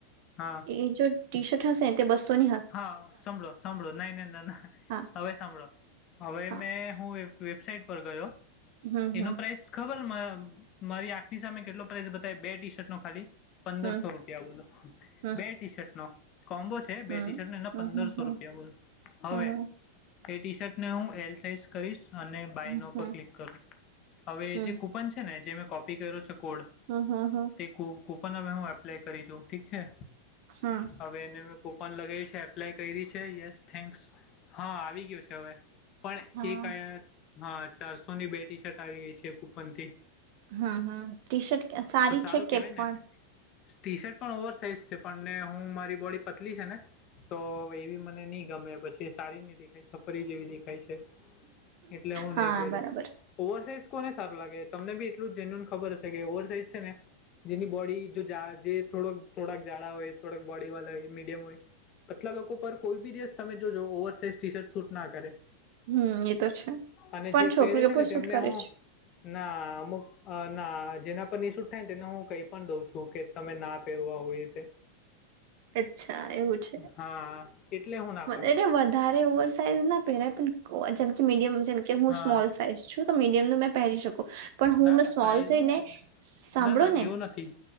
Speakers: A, on the left; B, on the right.
A: હા
B: એ જો ટીશર્ટ હશે તે બસોની
A: હા, સાંભળો સાંભળો નાય ના ના ના
B: હા
A: હવે સાંભળો હવે
B: હા
A: મેં હું વેબસાઈટ પર ગયો
B: હમ હમ
A: એનો પ્રાઈસ ખબરમાં મારી આંખની સામે કેટલો પ્રાઈસ બતાય બે ટીશર્ટનો ખાલી. પંદરસો
B: હમ
A: રૂપિયા બોલો
B: હમ
A: બે ટીશર્ટનો કોમ્બો છે બે
B: હમ
A: ટીશર્ટને એના
B: હમ
A: પંદરસો
B: હમ
A: રૂપિયા બોલ, હવે
B: હમ
A: એ ટીશર્ટને હું એલ સાઈઝ કરીશ. અને બાયનો
B: હમ હમ
A: પર ક્લિક કરું હવે
B: હમ
A: જે કૂપન છેને જેમેં કોપી કર્યો છે. કોડ
B: હમ હમ હમ હમ
A: તે કૂપન હવે હું એપ્લાય કરી જોઉ ઠીક છે.
B: હમ
A: હવે એને મે કોપન લગ. છે એપ્લાય કરી છે યસ થેન્ક્સ હા આવી ગયો છે હવે. પણ
B: હા
A: એક હા ચારસો ની બે ટી શર્ટ આવી ગઈ છે કુપન થી.
B: હમ હમ ટી શર્ટ સારી
A: સારું
B: છે કે
A: કહેવાય
B: પણ.
A: ને ટી શર્ટ પણ ઓવર સાઇઝ છે પણને હું મારી બોડી પતલી છે ને તો એવી મને નહી. ગમે પછી સાડી ન દેખાય છપરી જેવી દેખાય છે. એટલે હું
B: હા
A: નહી પેરું
B: બરાબર
A: ઓવરસાઝ. કોને સારું લાગે તમને બી એટલું જ જેન્યુન ખબર હ કે ઓવર સાઇઝ છે ને. જેની બોડી જો જેોડક થોડાક જાડા હોય થોડાક બોડી વાળા હોય મીડિયમ હોય. પટલા લોકો પર કોઈ બી દિવસ તમે જોજો over size T shirt suit ના કરે.
B: હમ એ તો છે
A: અને
B: પણ
A: જે
B: છોકરીઓ
A: પહેરે છે
B: પણ
A: ને
B: શુંટ
A: તેમને
B: કરે
A: હું
B: છે
A: ના અમુક ના જેના પર નિસૂટ થાય ને તેને હું કઈ પણ દઉં છ. શું કે તમે ના પહેરવા હોય તે.
B: અચ્છા એવું છે
A: હા, એટલે હું ના
B: મ
A: પાડું.
B: એને વધારે ઓર. સાઈઝ ના પહેરાય પણ જેમકે મીડિયમ જેમકે હું
A: હા.
B: સ્મોલ સાઈઝ છું તો મીડિયમનું મેં પહેરી શકું. પણ હું
A: ના ના
B: સોલ્વ
A: સાઈઝ
B: થઈને
A: નું
B: સાંભળો
A: ના ના
B: ને
A: એવું નથી.